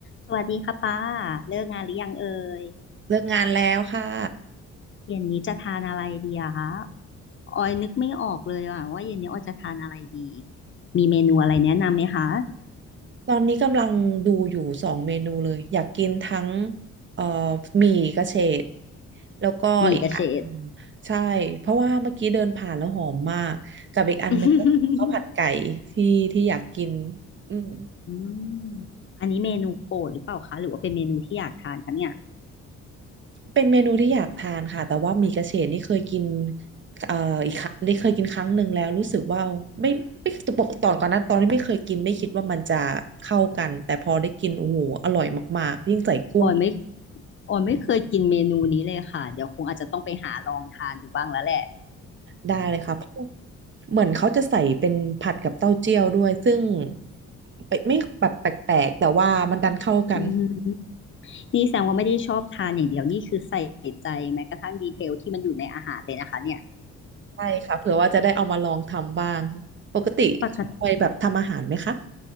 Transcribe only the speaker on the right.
เลิกงานแล้วค่ะ
ตอนนี้กำลังดูอยู่สองเมนูเลยอยากกินทั้งเอ่อหมี่กระเฉดแล้วก็อีกอันหนึ่ง
ใช่เพราะว่าเมื่อกี้เดินผ่านแล้วหอมมากกับอีกอันหนึงก็คือข้าวผัดไก่ที่ที่อยากกิน
อืม
เป็นเมนูที่อยากทานค่ะแต่ว่าหมี่กระเฉดนี่เคยกินเอ่ออีกครั้งได้เคยกินครั้งหนึ่งแล้วรู้สึกว่าไม่ไม่ปกตอนก่อนหน้าตอนที่ไม่เคยกินไม่คิดว่ามันจะเข้ากันแต่พอได้กินโอ้โหอร่อยมากๆยิ่งใส่กุ้ง
ได้เลยค่ะเพราะเหมือนเขาจะใส่เป็นผัดกับเต้าเจี้ยวด้วยซึ่งไม่ไม่แบบแปลกๆแต่ว่ามันดันเข้ากัน
ใช่ค่ะเผื่อว่าจะได้เอามาลองทำบ้างปกติคอยแบบทำอาหารไหมคะ